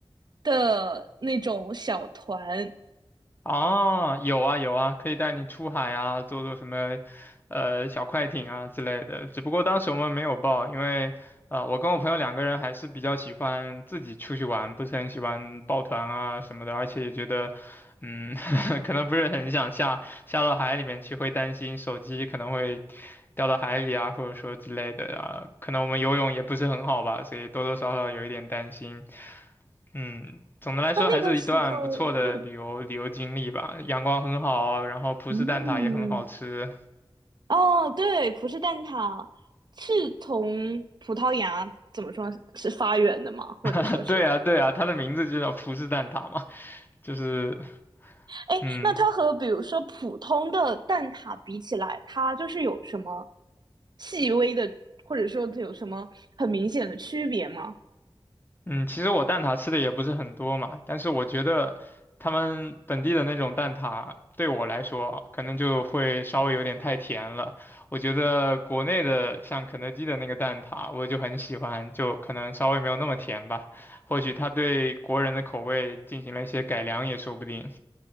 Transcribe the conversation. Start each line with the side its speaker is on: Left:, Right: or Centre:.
Right: 的那种小团。
Left: 啊？有啊有啊，可以带你出海啊，坐坐什么呃小快艇啊之类的。只不过当时我们没有报，因为啊、呃我跟我朋友两个人还是比较喜欢自己出去玩，不是很喜欢抱团啊什么的，而且也觉得。嗯，<laughs> 可能不是很想下下到海里面去，会担心手机可能会掉到海里啊，或者说之类的啊。可能我们游泳也不是很好吧，所以多多少少有一点担心。嗯，总的来说还是一段不错的旅游旅游经历吧。
Right: 那那个时候，嗯
Left: 阳光很好，然后葡式蛋挞也很好吃。
Right: 嗯，哦，对，葡式蛋挞是从葡萄牙怎么说是发源的吗？或者说是？
Left: <laughs> 对啊，对啊，它的名字就叫葡式蛋挞嘛，就是
Right: 哎，
Left: 嗯，
Right: 那它和比如说普通的蛋挞比起来，它就是有什么细微的，或者说它有什么很明显的区别吗？
Left: 嗯，其实我蛋挞吃的也不是很多嘛，但是我觉得他们本地的那种蛋挞对我来说可能就会稍微有点太甜了。我觉得国内的像肯德基的那个蛋挞，我就很喜欢，就可能稍微没有那么甜吧。或许他对国人的口味进行了一些改良也说不定。